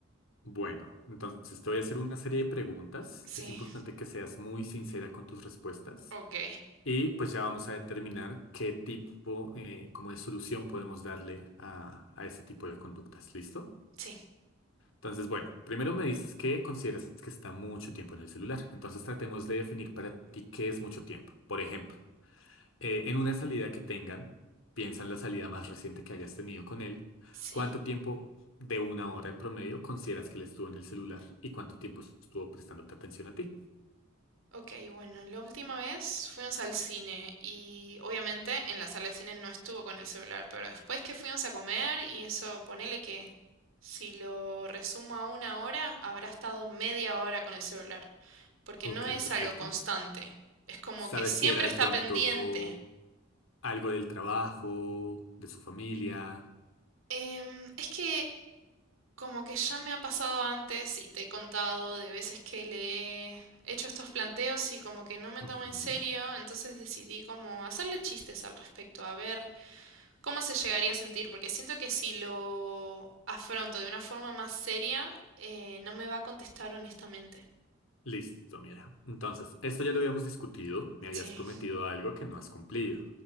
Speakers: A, on the left; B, on the right.
A: Bueno, entonces te voy a hacer una serie de preguntas.
B: Sí.
A: Es importante que seas muy sincera con tus respuestas
B: Ok,
A: y pues ya vamos a determinar qué tipo, eh, como de solución podemos darle a, a ese tipo de conductas. ¿Listo?
B: <laughs> sí,
A: Entonces, bueno, primero me dices que consideras que está mucho tiempo en el celular. Entonces tratemos de definir para ti qué es mucho tiempo. Por ejemplo, eh, en una salida que tengan, piensa en la salida más reciente que hayas tenido con él,
B: sí.
A: ¿cuánto tiempo de una hora en promedio consideras que él estuvo en el celular y cuánto tiempo estuvo prestándote atención a ti?
B: Ok, bueno, la última vez fuimos al cine y obviamente en la sala de cine no estuvo con el celular, pero después que fuimos a comer y eso, ponele que si lo resumo a una hora, habrá estado media hora con el celular, porque
A: Ok,
B: no es
A: perfecto.
B: algo constante, es como
A: ¿Sabes
B: que siempre
A: si era de
B: está
A: pronto
B: pendiente.
A: algo del trabajo, de su familia?
B: Em, es que Como que ya me ha pasado antes y te he contado de veces que le he hecho estos planteos y como que no me
A: Ujú.
B: toma en serio, entonces decidí como hacerle chistes al respecto, a ver cómo se llegaría a sentir, porque siento que si lo afronto de una forma más seria, eh, no me va a contestar honestamente.
A: Listo, mira. Entonces, esto ya lo habíamos discutido. Me habías
B: Sí,
A: prometido algo que no has cumplido.